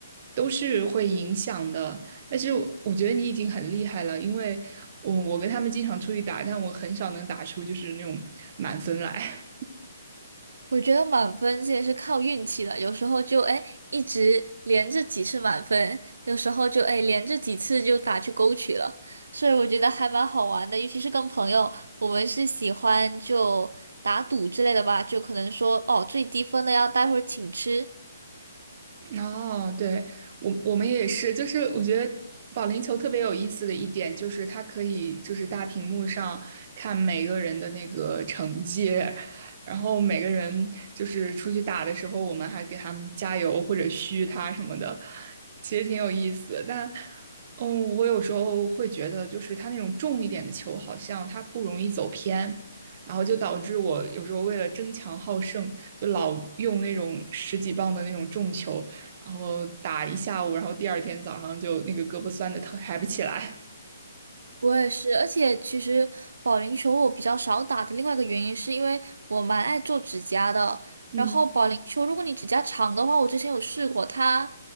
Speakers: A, on the right; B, on the right.
A: 都是会影响的。但是我我觉得你已经很厉害了，因为我我跟他们经常出去打，但我很少能打出就是那种满分来。
B: 我觉得满分这也是靠运气的，有时候就哎一直连着几次满分，有时候就哎连着几次就打去勾取了，所以我觉得还蛮好玩的，尤其是跟朋友，我们是喜欢就打赌之类的吧，就可能说哦最低分的要待会儿请吃，
A: 哦，对，我我们也是，就是我觉得保龄球特别有意思的一点就是它可以就是大屏幕上看每个人的那个成绩，然后每个人就是出去打的时候，我们还给他们加油或者嘘他什么的，其实挺有意思。但嗯，我有时候会觉得就是它那种重一点的球好像它不容易走偏。然后就导致我有时候为了争强好胜，就老用那种十几磅的那种重球，然后打一下午，然后第二天早上就那个胳膊酸的疼，抬不起来。
B: 我也是，而且其实保龄球我比较少打的另外一个原因，是因为我蛮爱做指甲的。
A: <laughs> 嗯，
B: 然后保龄球，如果你指甲长的话，我之前有试过，它